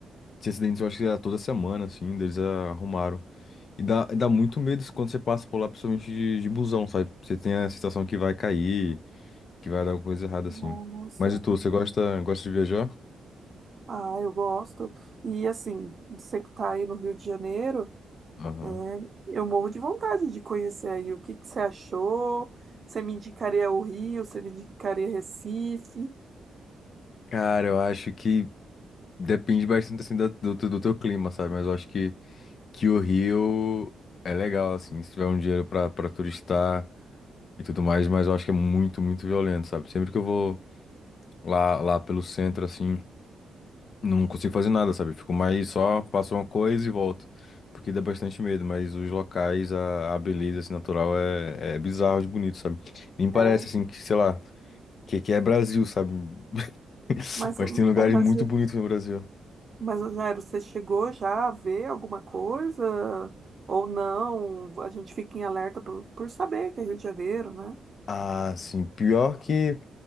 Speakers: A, on the left (about 50°); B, on the right (about 35°).
A: tinha acidente, eu acho que era toda semana, assim, deles arrumaram. E dá, dá muito medo isso quando você passa por lá, principalmente de, de busão, sabe? Você tem a sensação que vai cair, que vai dar alguma coisa errada,
B: Nossa,
A: assim. Mas e tu, você gosta, gosta de viajar?
B: ah, eu gosto. E assim, você que tá aí no Rio de Janeiro,
A: Aham.
B: é, eu morro de vontade de conhecer aí. O que que você achou? Você me indicaria o Rio? Você me indicaria Recife?
A: Cara, eu acho que. Depende bastante assim da- do, do, do teu clima, sabe? Mas eu acho que, que o Rio é legal, assim, se tiver um dinheiro pra, pra turistar e tudo mais, mas eu acho que é muito, muito violento, sabe? Sempre que eu vou lá, lá pelo centro, assim, não consigo fazer nada, sabe? Fico mais só, faço uma coisa e volto. Porque dá bastante medo, mas os locais, a, a beleza assim, natural é, é bizarro de bonito, sabe? Nem parece
B: É,
A: assim que, sei lá, que, que é Brasil, sabe? <laughs>
B: mas,
A: Mas tem lugares
B: mas
A: muito bonitos no Brasil.
B: Mas, ô Jairo, você chegou já a ver alguma coisa? Ou não? A gente fica em alerta por, por saber que é Rio de Janeiro, né?
A: Ah, sim. Pior que